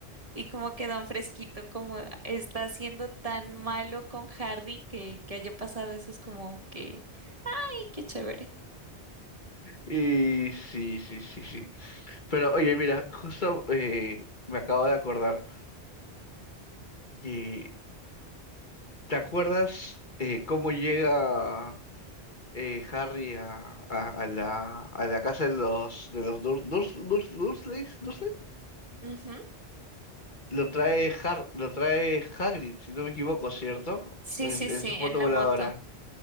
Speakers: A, on the right (about 35°); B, on the left (about 45°).
A: Y como que da un fresquito, como está siendo tan malo con Harry que, que haya pasado eso, es como que, ¡ay, qué chévere!
B: Y sí, sí, sí, sí. Pero oye, mira, justo eh, me acabo de acordar que, ¿te acuerdas eh, cómo llega? eh, Harry a, a- a la, a la casa de los de los Dur- Durs- Durs- Dursleys, Dursley.
A: Ujú.
B: Lo trae Har- lo trae Hagrid, si no me equivoco, ¿cierto?
A: Sí,
B: En,
A: sí, sí,
B: en su moto
A: en la
B: voladora.
A: moto.